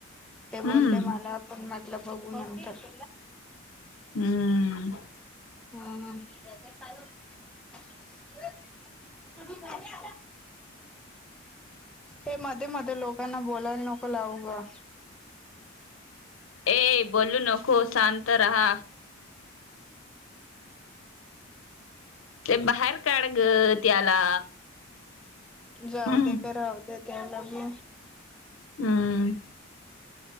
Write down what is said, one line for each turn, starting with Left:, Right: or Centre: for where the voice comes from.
Centre: ते
Left: हम्म
Centre: बोलले मला पण म्हटलं बघू नंतर
Left: हम्म
Centre: <unintelligible> ते मध्ये मध्ये लोकांना बोलायला नको लावू ग
Left: ए बोलू नको सांत रहा. ते बाहेर काढ ग त्याला
Centre: जाऊ
Left: हम्म
Centre: दे ग राहू दे त्याला बी
Left: हम्म
Centre: <unintelligible>